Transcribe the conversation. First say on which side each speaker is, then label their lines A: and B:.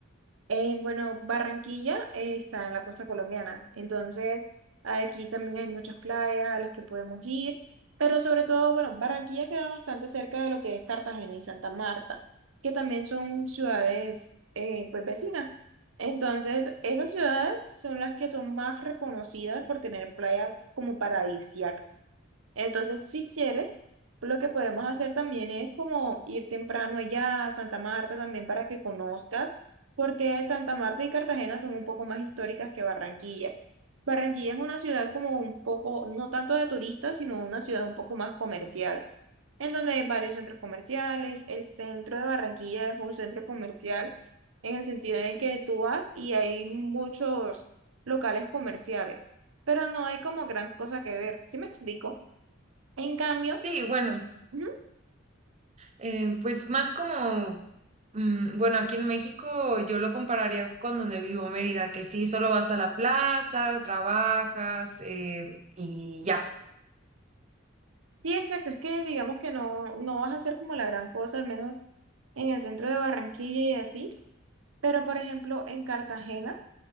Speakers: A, on the right; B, on the right.
A: En, bueno, Barranquilla eh, está en la costa colombiana, entonces aquí también hay muchas playas a las que podemos ir, pero sobre todo, bueno, Barranquilla queda bastante cerca de lo que es Cartagena y Santa Marta, que también son ciudades eh, pues vecinas. Entonces, esas ciudades son las que son más reconocidas por tener playas como paradisíacas. Entonces, si quieres, lo que podemos hacer también es como ir temprano allá a Santa Marta también para que conozcas, porque Santa Marta y Cartagena son un poco más históricas que Barranquilla. Barranquilla es una ciudad como un poco, no tanto de turistas, sino una ciudad un poco más comercial, en donde hay varios centros comerciales. El centro de Barranquilla es un centro comercial en el sentido de que tú vas y hay muchos locales comerciales, pero no hay como gran cosa que ver. ¿Sí me explico? En cambio,
B: Sí, bueno,
A: ujú,
B: eh, pues más como, mm, bueno, aquí en México yo lo compararía con donde vivo, Mérida, que sí, solo vas a la plaza, trabajas eh, y ya.
A: sí, exacto, es que digamos que no, no vas a hacer como la gran cosa, al menos en el centro de Barranquilla y así, pero por ejemplo en Cartagena